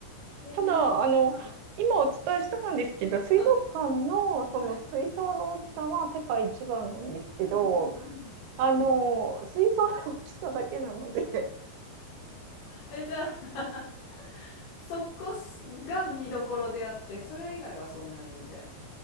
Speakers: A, on the left; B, on the right.
A: えー、
B: ただ、あの、
A: はい。
B: 今お伝えしたんですけど、水族館のその水槽の大きさは世界一番なんですけど、
A: はい。はい、はい。うんうんうん。
B: あの、水槽の大きさだけなので、
A: え、じゃあ、<laughs> そこすが見どころであって、それ以外はそんなにみたいな。